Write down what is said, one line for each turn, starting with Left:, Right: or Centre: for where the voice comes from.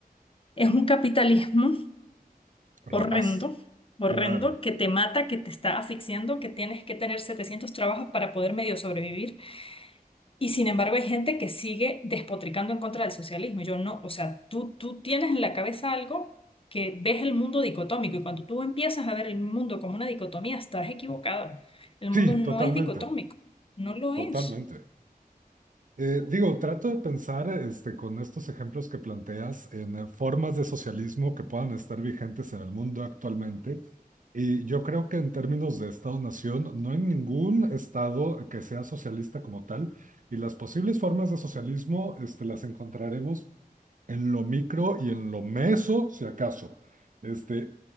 Left: Es un capitalismo
Right: Rapaz,
Left: horrendo, horrendo,
Right: claro.
Left: que te mata, que te está asfixiando, que tienes que tener 700 trabajos para poder medio sobrevivir. Y sin embargo hay gente que sigue despotricando en contra del socialismo. Yo no, o sea, tú, tú tienes en la cabeza algo que ves el mundo dicotómico y cuando tú empiezas a ver el mundo como una dicotomía, estás equivocado. El mundo
Right: Sí,
Left: no
Right: totalmente,
Left: es dicotómico, no lo
Right: totalmente.
Left: es.
Right: Eh, digo, trato de pensar este, con estos ejemplos que planteas en eh, formas de socialismo que puedan estar vigentes en el mundo actualmente. Y yo creo que en términos de Estado-nación, no hay ningún Estado que sea socialista como tal. Y las posibles formas de socialismo este, las encontraremos en lo micro y en lo meso, si acaso. Este,